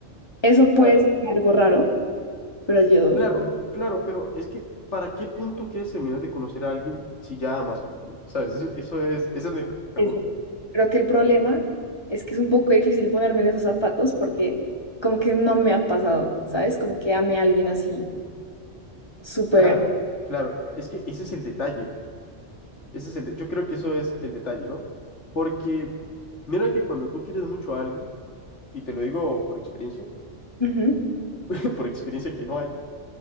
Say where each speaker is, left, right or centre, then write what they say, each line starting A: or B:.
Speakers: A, on the left (about 20°); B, on the left (about 70°).
A: Eso puede
B: Claro,
A: ser algo raro, pero yo
B: claro, claro, pero es que ¿para qué punto quieres terminar de conocer a alguien si ya amas a alguien? ¿Sabes? Eso, eso es, esa es mi pregunta.
A: es ver- creo que el problema es que es un poco difícil ponerme en esos zapatos porque como que no me ha pasado, ¿sabes? Como que ame a alguien así, súper.
B: Claro, claro. Es que ese es el detalle. Ese es el de- yo creo que eso es el detalle, ¿no? Porque mira que cuando tú quieres mucho a alguien, y te lo digo por experiencia,
A: ujú.
B: <laughs> por experiencia que no hay,